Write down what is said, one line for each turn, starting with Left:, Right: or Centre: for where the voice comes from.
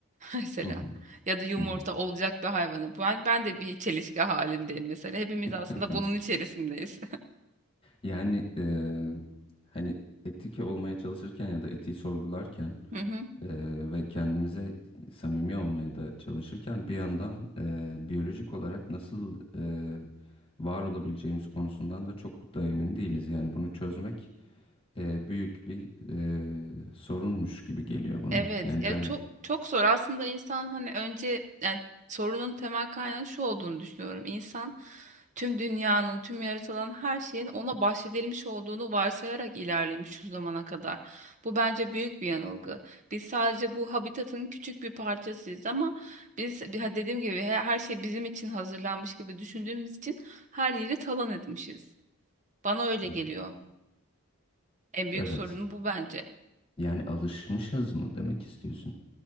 Right: mesela
Left: hı hı.
Right: ya da yumurta
Left: hı hı.
Right: olacak bir hayvanı. Ben ben de bir çelişki halindeyim mesela. Hepimiz
Left: <laughs>
Right: aslında bunun içerisindeyiz.
Left: Yani e, hani etik olmaya çalışırken ya da etiği sorgularken
Right: <laughs>
Left: Eee, ve kendimize samimi olmaya da çalışırken bir yandan eee, biyolojik olarak nasıl eee, var olabileceğimiz konusundan da çok da emin değiliz. Yani bunu çözmek eee, büyük bir eee, sorunmuş gibi geliyor bana.
Right: Evet
Left: Yani
Right: ya
Left: kend...
Right: çok çok zor aslında insan hani önce yani sorunun temel kaynağı şu olduğunu düşünüyorum. İnsan tüm dünyanın, tüm yaratılan her şeyin ona bahşedilmiş olduğunu varsayarak ilerlemiş şu zamana kadar. Bu bence büyük bir yanılgı. Biz sadece bu habitatın küçük bir parçasıyız ama biz bir- ha dediğim gibi he- her şey bizim için hazırlanmış gibi düşündüğümüz için her yeri talan etmişiz. Bana öyle
Left: <laughs>
Right: geliyor. En büyük
Left: Evet.
Right: sorun bu bence.
Left: Yani alışmışız mı demek istiyorsun?